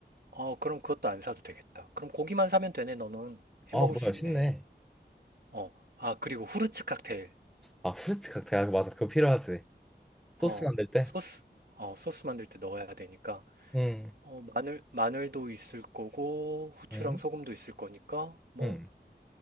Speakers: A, on the right; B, in the centre.
A: 어, 그럼 그것도 안 사도 되겠다. 그럼 고기만 사면 되네, 너는.
B: 아,
A: 해 먹을
B: 뭐야,
A: 수 있네.
B: 쉽네.
A: 어, 아, 그리고 후르츠 칵테일.
B: 아, 후르츠 칵테일. 아, 맞아. 그거 필요하지. 소스
A: 어,
B: 만들 때?
A: 소스, 어, 소스 만들 때 넣어야 되니까,
B: 응,
A: 어, 마늘, 마늘도 있을 거고, 후추랑
B: 응,
A: 소금도 있을 거니까, 뭐,
B: 응.